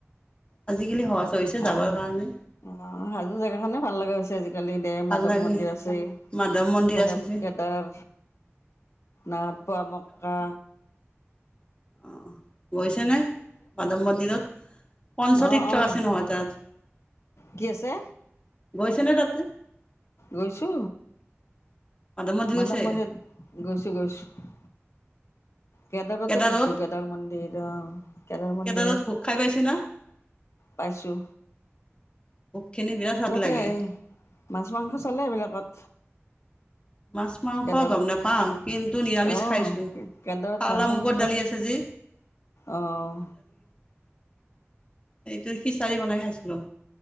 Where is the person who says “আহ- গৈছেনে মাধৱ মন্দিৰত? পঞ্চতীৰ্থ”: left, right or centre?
Left